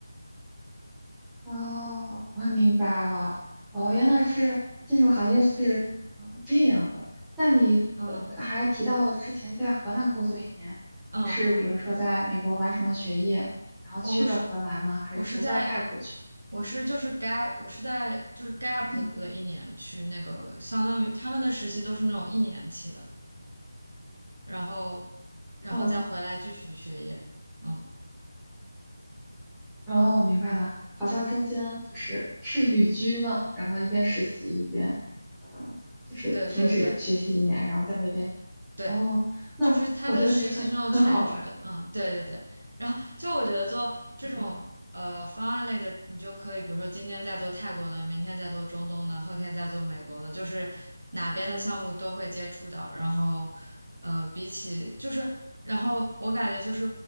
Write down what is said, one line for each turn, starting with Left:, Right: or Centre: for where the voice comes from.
Centre: 哦，我明白了。哦，原来是建筑行业是呃这样的。那你呃还提到了之前在荷兰工作一年，
Right: 嗯嗯嗯。
Centre: 你是比如说在美国完成了学业，然后去了荷兰吗？
Right: 哦，我是
Centre: 还是说外派过去？
Right: 我是在我是就是 gap 我是在就是 gap
Centre: 嗯，
Right: 了一年去那个，相当于他们的实习都是那种一年期的，然后然后再回来继续学业。
Centre: 哦
Right: 嗯，
Centre: 哦，明白了，好像中间就是是旅居吗？然后一边实习一边，呃，就是停止学习一年，
Right: 对对对
Centre: 然后在那边。
Right: 对。
Centre: 哦，那我觉得也很很好玩。
Right: 就是他的实习生有全职的，嗯，对对对。然后就我觉得做这种呃方案类的，
Centre: 嗯
Right: 你就可以，比如说今天在做泰国的，明天在做中东的，后天在做美国的，就是哪边的项目都会接触到。然后呃，比起就是，然后我感觉就是